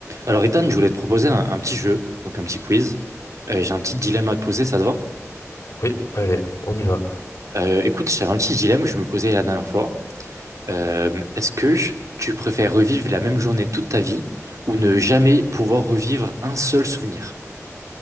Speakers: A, on the right; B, on the left.
A: Alors, Ethan, je voulais te proposer un, un petit jeu, donc un petit quiz. Euh, j'ai un petit dilemme à te poser, ça te va?
B: Oui, allez, on y va.
A: Euh, écoute, j'ai un petit dilemme que je me posais la dernière fois. Euh, est-ce que tu préfères revivre la même journée toute ta vie ou ne jamais pouvoir revivre un seul souvenir?